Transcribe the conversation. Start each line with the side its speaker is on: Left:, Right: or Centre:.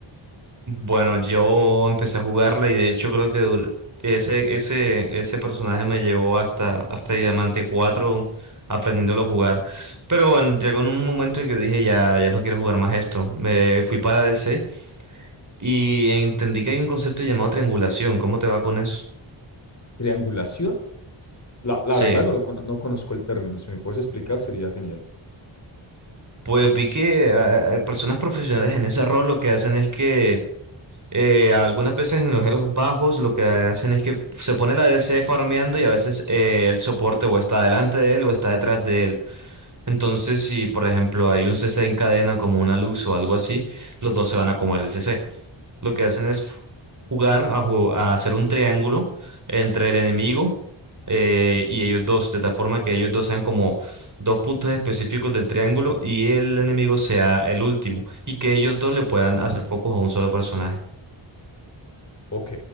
Right: Bueno, yo empecé a jugarla y de hecho creo que dur- ese, ese, ese personaje me llevó hasta, hasta Diamante 4 aprendiéndolo a jugar. Pero bueno, llegó en un momento en que dije ya, ya no quiero jugar más esto. Me fui para DC y entendí que hay un concepto llamado triangulación. ¿Cómo te va con eso?
Left: Triangulación, la, la
Right: Sí.
Left: verdad no, lo, cono- no conozco el término, si me puedes explicar sería genial.
Right: Pues vi que ah, ah, personas profesionales en ese rol lo que hacen es que Eh, algunas veces en los Elos bajos lo que hacen es que se pone la DC farmeando y a veces eh, el soporte o está delante de él o está detrás de él. Entonces, si por ejemplo hay un CC en cadena como una Lux o algo así, los dos se van a comer el CC. Lo que hacen es f- jugar a, ju- a hacer un triángulo entre el enemigo eh, y ellos dos, de tal forma que ellos dos sean como dos puntos específicos del triángulo y el enemigo sea el último y que ellos dos le puedan hacer focus a un solo personaje.
Left: Ok,